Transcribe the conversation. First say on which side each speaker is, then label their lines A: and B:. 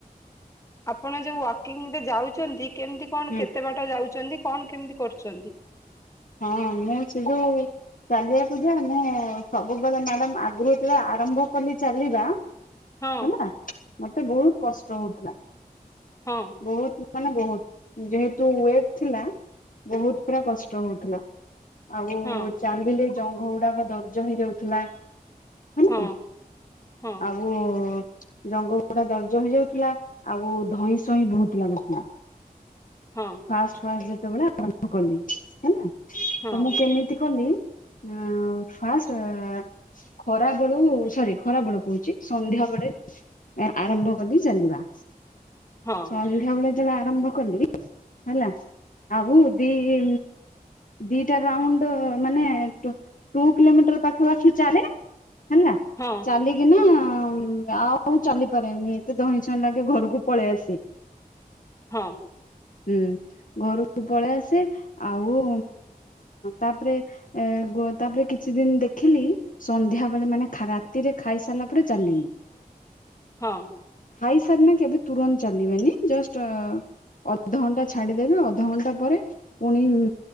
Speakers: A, on the left; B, on the left.
A: ଆପଣ ଯୋଉ ୱାକିଂ ରେ ଯାଉଛନ୍ତି କେମିତି କଣ
B: ହୁଁ
A: କେତେ ବାଟ ଯାଉଛନ୍ତି କଣ କେମିତି କରୁଛନ୍ତି?
B: ହଁ ମୁଁ ଚୁଗୁ ଚାଲିବାକୁ ଯିବ ମୁଁ ସବୁବେଳେ ମ୍ୟାଡାମ୍ ଆଗୁରୁ ଯେତେବେଳେ ଆରମ୍ଭ କଲି ଚାଲିବା
A: ହଁ
B: ହେଲା ମତେ ବହୁତ କଷ୍ଟ ହଉଥିଲା।
A: ହଁ।
B: ବହୁତ ମାନେ ବହୁତ ଯେହେତୁ ୱେଟ୍ ଥିଲା ବହୁତ ପୁରା କସ୍ ଷ୍ଟ ହଉ ଥିଲା ଆଉ
A: ହଁ।
B: ଚାଲିଲେ ଜଙ୍ଘ ଗୁଡ଼ାକ ଦର୍ଜ ହେଇଯାଉଥିଲା। ହେଲା
A: ହଁ ହଁ
B: ଆଉ ଜଙ୍ଗ ପୁରା ଦରଜ ହେଇଯାଉଥିଲା ଆଉ ଧଇଁ ସଇଁ ବହୁତ ଲାଗୁଥିଲା।
A: ହଁ।
B: ଫାଷ୍ଟ ଫାଷ୍ଟ ଯେତେବେଳେ ଆରମ୍ଭ କଲି ହେଲା
A: ହଁ
B: ତ ମୁଁ କେମିତି କଲି? ମୁଁ ଫାଷ୍ଟ ଆ ଖରା ବେଳୁ ସରି ଖରା ବେଳୁ କହୁଛି ସନ୍ଧ୍ୟା ବେଳେ ଆରମ୍ଭ କଲି ଚାଲିବା।
A: ହଁ।
B: ସନ୍ଧ୍ୟାବେଳେ ଯବେ ଆରମ୍ଭ କଲି ହେଲା ଆଉ ଦି ହି ଦିଟା ରାଉଣ୍ଡ ମାନେ ଟ ଟୁ କିଲୋମିଟର ପାଖପଖି ଚାଲେ। ହେଲା।
A: ହଁ।
B: ଚାଲିକି ନା ଆଉ ଚାଲିପାରେନି ଏତେ ଧଇଁ ସଇଁ ଲାଗେ ଘରକୁ ପଳେଇ ଆସି।
A: ହଁ।
B: ହୁଁ ଘରୁକୁ ପଳେଇ ଆସେ ଆଉ ତାପରେ ଏ ଗୋ ତାପରେ କିଛି ଦିନ ଦେଖିଲି ସନ୍ଧ୍ୟା ବେଳେ ମାନେ ଖା ରାତିରେ ଖାଇ ସାରିଲା ପରେ ଚାଲିଲି।
A: ହଁ।
B: ଖାଇ ସାରିଲେ କେବେ ତୁରନ୍ତ ଚାଲିବେନି ଜଷ୍ଟ ଅଧଘଣ୍ଟା ଛାଡିଦେବେ ଅଧଘଣ୍ଟା ପରେ ପୁଣି